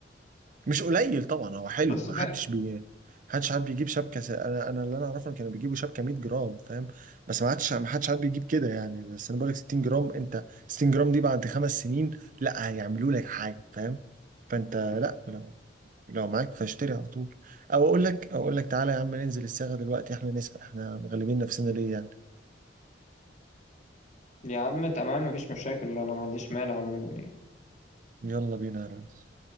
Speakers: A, on the right; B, on the left.
A: مش قليل طبعا هو حلو
B: بس
A: ما
B: فاهم
A: حدش بي حدش حد بيجيب شبكه س... انا انا اللي انا اعرفه إن كانوا بيجيبوا شبكه 100 جرام فاهم بس ما حدش ما حدش حد بيجيب كده يعني بس انا بقول لك 60 جرام انت 60 جرام دي بعد خمس سنين لا هيعملوا لك حاجه فاهم فانت لا لو, لو معاك فاشتري على طول او اقول لك او اقول لك تعالى يا عم ننزل الصاغه دلوقتي احنا نسال احنا مغلبين نفسنا ليه يعني
B: يا عم تمام مفيش مشاكل أنا ما عنديش مانع عموما يعني.
A: يلا بينا يا ريس